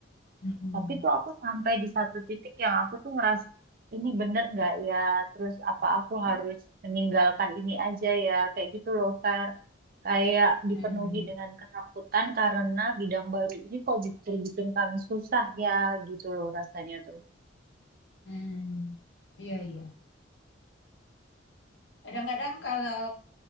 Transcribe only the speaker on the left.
Mm-mm.
Mm.
Mm. Iya, iya. Kadang-kadang kalau